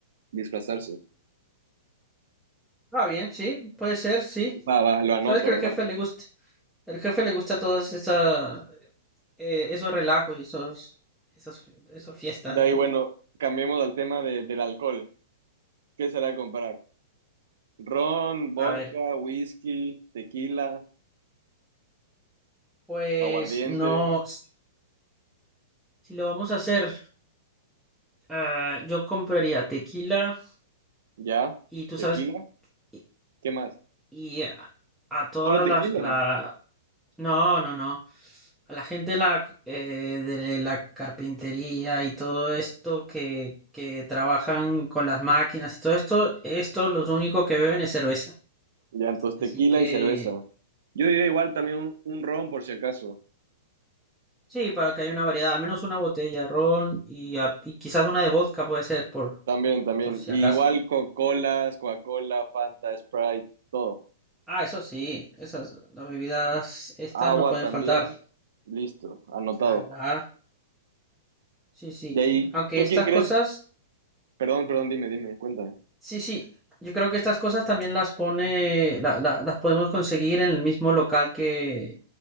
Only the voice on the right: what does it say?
disfrazarse.
Va, va, lo anoto,
lo
anoto.
De
ahí, bueno, cambiemos al tema de- del alcohol. ¿Qué será comprar? Ron, vodka,
whisky, tequila,
aguardiente,
ya,
tequila,
¿qué más?
Solo tequila.
Ya, entonces tequila
y cerveza. Yo diría igual también un, un ron por si acaso.
También, también.
Y
igual Coca-Colas, Coca-Cola, Fanta, Sprite, todo.
Agua
también.
Listo, anotado.
De ahí,
¿tú
quién crees?
Perdón, perdón, dime, dime, cuéntame.